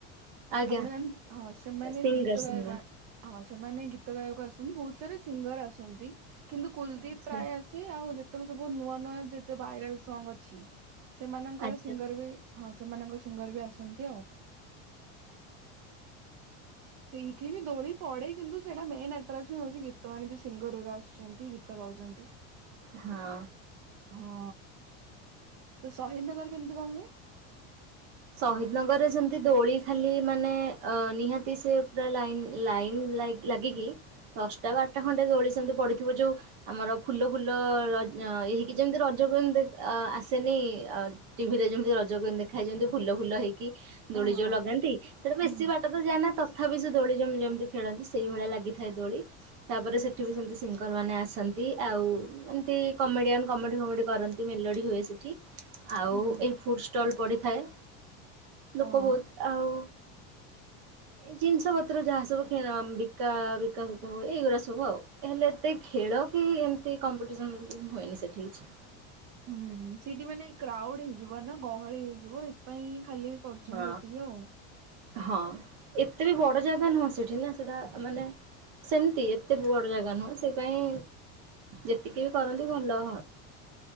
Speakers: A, on the right; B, on the right.
A: ଆଜ୍ଞା।
B: ଆପଣ ଜାଣି ହଁ ସେମାନେ
A: ସିଙ୍ଗର
B: ଗୀତ
A: ସିଙ୍ଗର
B: ଗାଇବା ପାଇଁ ଆ ହଁ ସେମାନେ ଗୀତ ଗାଇବାକୁ ଆସନ୍ତି ବହୁତ୍ ସାରା ସିଙ୍ଗର୍ ଆସନ୍ତି କିନ୍ତୁ କୁଲଦୀପ୍
A: ଆଚ୍ଛା।
B: ପ୍ରାୟ ଆ ସିବେ ଆଉ ଯେତେକ ସବୁ ନୂଆ-ନୂଆ ଯେତେ ଭାଇରାଲ୍ ସଙ୍ଗ୍ ଅଛି ସେମାନଙ୍କର
A: ଆଚ୍ଛା
B: ସିଙ୍ଗର୍ ବି। ହଁ ସେମାନଙ୍କ ସିଙ୍ଗର୍ ବି ଆସନ୍ତି ଆଉ। ସେଇଠି ବି ଦୋଳି ପଡେ କିନ୍ତୁ ସେଇଟା ମେନ୍ ଆଟ୍ରାକ୍ସନ୍ ହଉଚି ଗୀତ ମାନେ ଯୋଉ ସିଙ୍ଗର୍ ରା ଆଶୁଛନ୍ତି ଗୀ ତ ଗାଉଛନ୍ତି।
A: ହଁ।
B: ହଁ ତ ଶହୀଦନଗର କେମିତି କଣ ହୁଏ?
A: ଶହୀଦନଗରରେ ସେମିତି ଦୋଳି ଖାଲି ମାନେ ଅ ନିହାତି ସେ ପୁରା ଲାଇନ ଲାଇନ୍ ଲା ଲାଗିକି ଦଶଟା ବାରଟା ଖଣ୍ଡେ ଦୋଳି ସେମିତି ପଡିଥିବ ଯୋଉ ଆମର ଫୁଲ ଫୁଲ ର ଇଏ ହେଇକି ଯେମିତି ରଜକୁ ଯେମିତି ଆସେନି ଟିଭି ରେ ଯେମିତି ରଜ କୁଇନ ଦେଖାଏ ଯେମିତି ଫୁଲ ଫୁଲ ହେଇକି ଦୋଳି
B: ଓହୋ
A: ଯୋଉ ଲଗାନ୍ତି ସେଟା ବେଶୀ
B: ହୁଁ ହୁଁ।
A: ବା ଟକୁ ଯାଏନା ତଥାପି ସେ ଦୋଳି ଯେମି ଯେମିତି ଖେଳନ୍ତି ସେଇଭଳିଆ ଲାଗିଥାଏ ଦୋଳି। ତାପରେ ସେଠି ବି ସେମିତି ସିଙ୍ଗର ମାନେ ଆସନ୍ତି ଆଉ ଏମିତି କମେଡିଆନ କମେଡି ଫମେଡି କର ମେଲୋଡି ହୁଏ ସେଠି ଆଉ
B: ହୁଁ
A: ଏଇ ଫୁଡ ଷ୍ଟଲ ପଡିଥାଏ ଲୋକ
B: ଓହୋ।
A: ବହୁତ ଆଉ ଏଇ ଜିନିଷ ପତ୍ର ଯାହା ସବୁ କିଣା ବିକା ବିକା ବିକି ହୁଏ ଏଇଗୁଡା ସବୁ ଆଉ ହେଲେ ଏ ଖେଳ କି ଏମିତି କମ୍ପିଟିସନ ହୁଏନି ସେଠି କିଛି।
B: ହୁଁ ସେଇଠି ମାନେ କ୍ରାଉଡ ହେଇଯିବ ନା ଗହଳି ହେଇଯିବ ଏଥିପାଇଁ ଖାଲି। କରୁଛନ୍ତି
A: ହଁ।
B: ଏତିକି ଆଉ।
A: ହଁ ଏତେ ବି ବଡ଼ ଜାଗା ନୁହଁ ସେଠି ନା ସେଟା ମାନେ ସେମିତି ଏତେ ବି ବଡ ଜାଗା ନୁହଁ ସେ ପାଇଁ ଯେତିକି ବି କରନ୍ତି ଭଲ